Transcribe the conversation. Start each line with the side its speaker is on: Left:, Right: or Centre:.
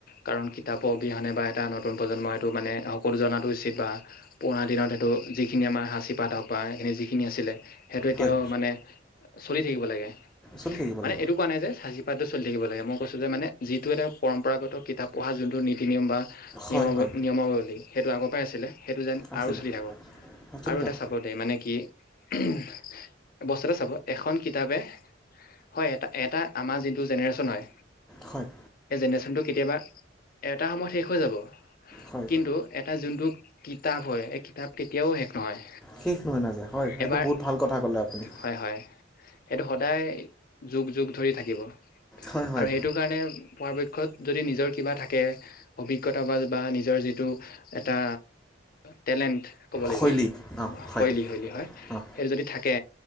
Left: কাৰণ কিতাপৰ অবিহনে বা এটা নতুন প্ৰজন্মই সেইটো মানে সকলো জনাটো উচিত বা পুৰণা দিনত সেইটো যিখিনি আমাৰ সাঁচিপাত হওক বা সেইখিনি যিখিনি আছিলে সেইটো এতিয়াও
Centre: হয়
Left: মানে এ চলি থাকিব লাগে।
Centre: চলি থাকিবলে।
Left: মানে এইটো কোৱা নাই যে সাঁচি পাতটো চলি থাকিব লাগে, মই কৈছোঁ যে মানে যিটো এটা পৰম্পৰাগত কিতাপ পঢ়া যোনটো নীতি- নিয়ম বা নিয়মাৱ
Centre: হয় হয়
Left: নিয়মাৱলী সেইটো আগৰ পৰাই আছিলে সেইটো যেন
Centre: আছিলে
Left: আৰু চলি থাকক
Centre: চলি
Left: আৰু
Centre: থাকক
Left: এটা বদে মানে কি উঁহুম বস্তুতে চাব এখন কিতাপে হয় এটা এটা আমাৰ যোনটো জেনেৰেশ্যন হয়
Centre: হয়।
Left: জেনেৰেচনটো কেতিয়াবা, এটা সময়ত শেষ হৈ যাব।
Centre: হয়।
Left: কিন্তু এটা যোনটো কিতাপ হয় এই কিতাপ কেতিয়াও শেষ নহয়।
Centre: শেষ নহয় নাযায়, হয় এইটো
Left: এবাৰ
Centre: বহুত ভাল কথা ক'লে আপুনি।
Left: হয় হয়, সেইটো সদায় যুগ - যুগ ধৰি থাকিব
Centre: হয় হয়
Left: আৰু সেইটো কাৰণে পৰাপক্ষত যদি নিজৰ কিবা থাকে অভিজ্ঞতা বা বা নিজৰ যিটো এটা টেলেণ্ট ক'ব লাগিব,
Centre: শৈলী অঁ হয়
Left: শৈলী - শৈলী হয়
Centre: অঁ
Left: সেইটো যদি থাকে